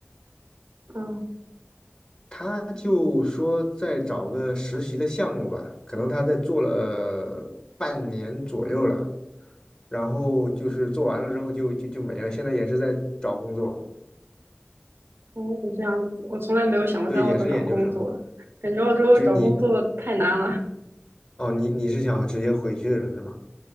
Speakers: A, on the right; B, on the left.
A: 嗯，
B: 他就说在找个实习的项目吧，可能他在做了半年左右了，然后就是做完了之后就就就没了，现在也是在找工作，
A: 哦，这样子，我从来没有想过在澳洲找工作，
B: 对，也是研究生。
A: 感觉澳洲找工作太难了。
B: 就你哦，你你是想直接回去了是吗？